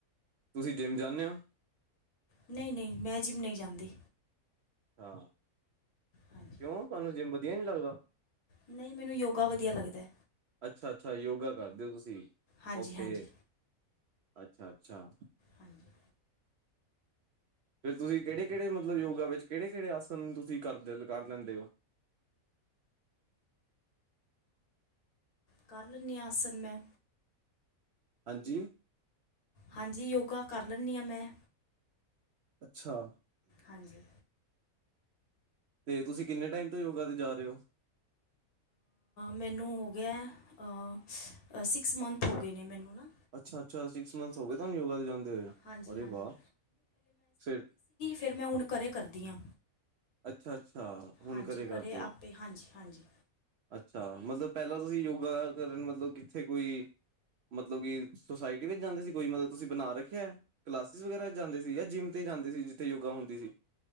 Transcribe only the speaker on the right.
ਤੁਸੀਂ ਜਿੰਮ ਜਾਂਦੇ ਹੋ।
ਹਾਂ
ਕਿਉ ਤੁਹਾਨੂੰ ਜਿਮ ਵਧੀਆ ਨੀ ਲੱਗਦਾ
ਅੱਛਾ ਅੱਛਾ ਯੋਗਾ ਕਰਦੇ ਓ ਤੁਸੀਂ
ਓਕੇ
ਅੱਛਾ ਅੱਛਾ।
ਫਿਰ ਤੁਸੀਂ ਕਿਹੜੇ ਕਿਹੜੇ ਮਤਲਬ ਯੋਗਾ ਵਿੱਚ ਕਿਹੜੇ ਕਿਹੜੇ ਆਸਨ ਤੁਸੀਂ ਕਰਦੇ ਕਰ ਲੈਂਦੇ ਹੋ।
ਹਾਂਜੀ।
ਅੱਛਾ।
ਤੇ ਤੁਸੀਂ ਕਿੰਨੇ ਟਾਈਮ ਤੋਂ ਯੋਗਾ ਤੇ ਜਾ ਰਹੇ ਹੋ?
ਅੱਛਾ ਅੱਛਾ ਸਿਕਸ ਮੰਥ ਹੋ ਗਏ ਤਾਂ ਯੋਗਾ ਦੇ ਜਾਂਦੇ ਹੋਏ
ਅਰੇ
ਵਾਹ ਫਿਰ
ਅੱਛਾ- ਅੱਛਾ ਹੁਣ
ਘਰੇ ਕਰਦੇ
ਹੋ
ਅੱਛਾ ਮਤਲਬ ਪਹਿਲਾਂ ਤੁਸੀ ਯੋਗਾ ਕਰਨ ਮਤਲਬ ਕਿੱਥੇ ਕੋਈ ਮਤਲਬ ਕਿ ਸੋਸਾਇਟੀ ਵਿੱਚ ਜਾਂਦੇ ਸੀ। ਕੋਈ ਮਤਲਬ ਤੁਸੀ ਬਣਾ ਰੱਖਿਆ ਕਲਾਸਿਸ ਵਗੈਰਾ ਜਾਂਦੇ ਸੀ। ਜਾਂ ਜਿੰਮ ਤੇ ਜਾਂਦੇ ਸੀ ਜਿੱਥੇ ਯੋਗਾ ਹੁੰਦੀ ਸੀ।